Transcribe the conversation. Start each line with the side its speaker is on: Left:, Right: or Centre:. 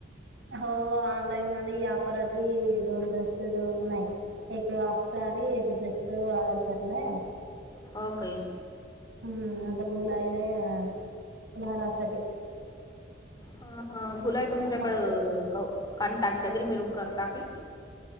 Right: <unintelligible> एक हाफ सारी एक ड्रेस ऑर्डर करलं.
Left: हो काही.
Right: हम्म आता बुलालेय घालासाठी.
Left: अ हा भुलाय तुमच्याकडं
Right: मस्त
Left: का ओ काणता की सगरी मिरून करता की. <unintelligible>